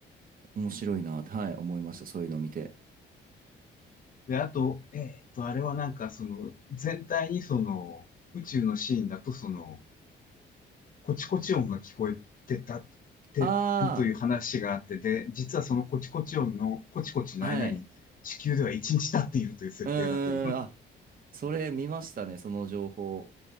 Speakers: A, on the right; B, on the left.
A: 面白いなって、はい、思いました。そういうのを見て。
B: で、あと、えーっと、あれはなんか、その、全体にその、宇宙のシーンだと、その、コチコチ音が聞こえてた、てるという話があって、
A: あ
B: で、実はそのコチコチ音のコチコチの間に地球では1日経っているという設定だという。
A: あ、はい。うーん、
B: <laughs>
A: あ、それ見ましたね、その情報。